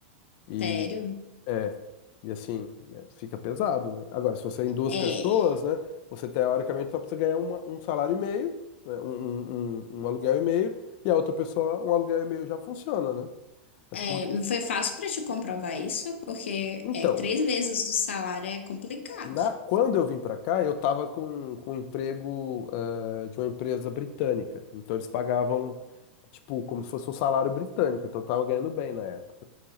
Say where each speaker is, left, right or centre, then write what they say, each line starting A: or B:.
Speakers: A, on the left; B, on the left.
A: E
B: Sério?
A: é, e assim, né, fica pesado, né? Agora, se você é em duas
B: É,
A: pessoas, né, você teoricamente só precisa ganhar uma- um salário e meio, né, um, um, um- um aluguel e meio, e a outra pessoa, um aluguel e meio já funciona, né? Mas
B: é,
A: como-
B: não foi fácil para te comprovar isso, porque
A: Então,
B: é três vezes o salário é complicado.
A: na, quando eu vim para cá, eu estava com, com um emprego eh, de uma empresa britânica. Então, eles pagavam, tipo, como se fosse um salário britânico. Então, eu estava ganhando bem na época.